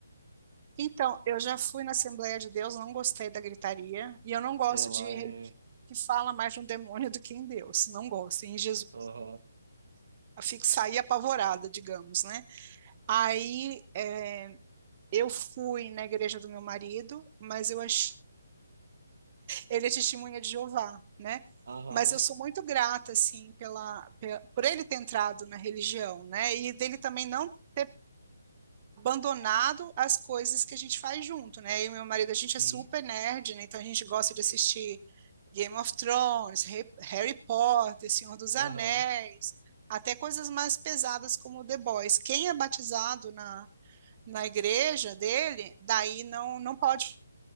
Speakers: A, on the right (about 35°); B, on the right (about 55°).
A: Então, eu já fui na Assembleia de Deus, não gostei da gritaria, e eu não gosto
B: Ela
A: de religião
B: é.
A: que fala mais de um demônio do que em Deus. Não gosto. Em Jesus,
B: Aham.
A: eu fico saí apavorada, digamos, né? Aí, é, eu fui na igreja do meu marido, mas eu achei ele é testemunha de Jeová, né?
B: Aham.
A: Mas eu sou muito grata, assim, pela, pe- por ele ter entrado na religião, né? E dele também não ter abandonado as coisas que a gente faz junto, né? Eu e meu marido, a gente
B: Sim.
A: é super nerd, né? Então a gente gosta de assistir Game of Thrones, Re- Harry Potter, Senhor dos
B: Aham.
A: Anéis, até coisas mais pesadas como The Boys. Quem é batizado na, na igreja dele, daí não, não pode